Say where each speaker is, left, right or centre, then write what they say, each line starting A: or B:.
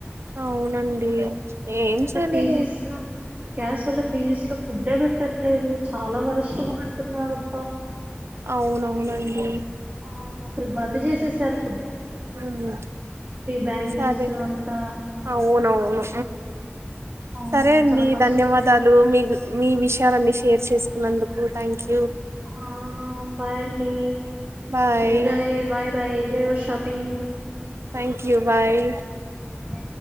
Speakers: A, on the right; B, on the right.
A: అవునన్ ఏం ఏం చెయ్యలేం
B: పీజీస్
A: ఇంకా
B: లో గ్యాస్ వల్ల పీజీస్ లో ఫుడ్డే పెట్టట్లేదు చాలా వరిష్టగా పెడుతున్నబ్బా
A: అవునవునండి
B: ఆ అసలు బంద్ చేసే సారు
A: ఉ
B: బ్యాంగిల్స్
A: సరే
B: అంతా
A: అవునువును
B: ఆ
A: సరే అండి
B: చాలా కష్టం
A: ధన్యవాదాలు మీ మీ విషయాలన్నీ షేర్ చేస్ నందుకు థ్యాంక్యూ
B: ఆ బాయండి
A: bye
B: enjoy bye bye enjoy your shopping
A: thank you bye
B: ఆ